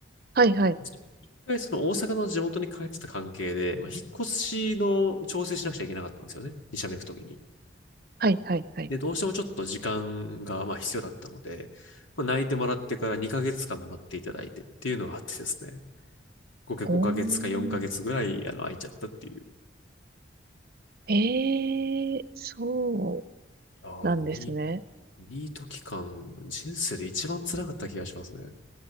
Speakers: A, on the right (about 50°); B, on the left (about 85°).
A: はいはい、
B: ちょっと一回その大阪の地元に帰ってた関係で、まあ、引っ越しの調整しなくちゃいけなかったんですよね。2社目行くときに。
A: はいはいはい。
B: で、どうしてもちょっと時間がまあ必要だったので、まあ、泣いてもらってから2ヶ月間待っていただいてっていうのがあってですね。合計5ヶ月か4ヶ月ぐらい、
A: おー。
B: あの、空いちゃったっていう
A: ええそう
B: いやニ
A: なんですね。
B: ニート期間、人生で一番辛かった気がしますね。